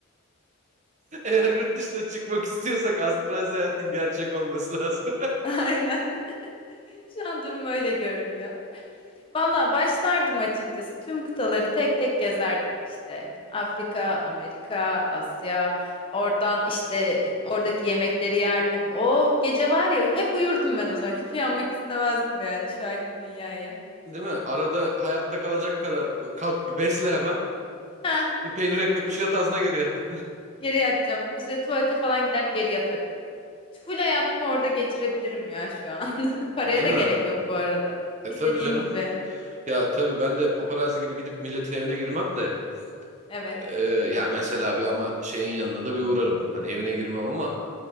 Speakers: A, on the right; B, on the left.
A: <laughs> Eğer yurt dışına çıkmak istiyorsak astral seyahatin gerçek olması lazım.
B: <laughs> Aynen. Şu an durum öyle görünüyor. Valla başlardım açıkçası. Tüm kıtaları tek tek gezerdim işte. Afrika, Amerika, Asya. Oradan işte oradaki yemekleri yerdim. Oh gece var ya hep uyurdum ben o zaman. Hiç uyanmak istemezdim yani şu anki dünyaya.
A: <laughs> Değil mi? Arada hayatta kalacak kadar kalk bir besle hemen.
B: Heh
A: Bir peynir ekmek bir şey at ağzına geri yat.
B: geri yatacağım. İşte tuvalete falan gider geri yatarım. Full hayatımı orada geçirebilirim ya şu an. <laughs> Paraya
A: Değil
B: da
A: mi?
B: gerek yok bu arada.
A: E
B: İstediğin
A: tabii canım.
B: gibi.
A: Ya tabii ben de paparazzi gibi gidip milletin evine girmem de.
B: Evet.
A: e, ya mesela bir ama şeyin yanına da bir uğrarım. Hani evine girmem ama